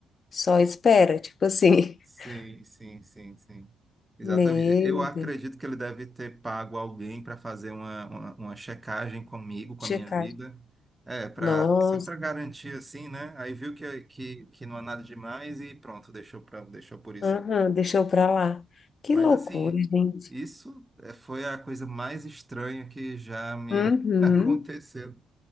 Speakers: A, on the left (about 45°); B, on the right (about 15°).
A: Só espera, tipo assim.
B: Sim,
A: <laughs>
B: sim, sim, sim. Exatamente.
A: Meu
B: Eu acredito
A: Deus,
B: que ele deve ter pago alguém para fazer uma, uma, uma checagem comigo, com
A: tinha
B: a minha
A: cara.
B: vida. É, para
A: Nossa,
B: sempre para garantir assim, né? Aí viu que, que, que não há nada demais e pronto, deixou pra, deixou por isso.
A: aham, deixou pra lá. Que
B: Mas
A: loucura,
B: assim,
A: gente.
B: isso é, foi a coisa mais estranha que já me
A: Uhum.
B: <laughs> aconteceu.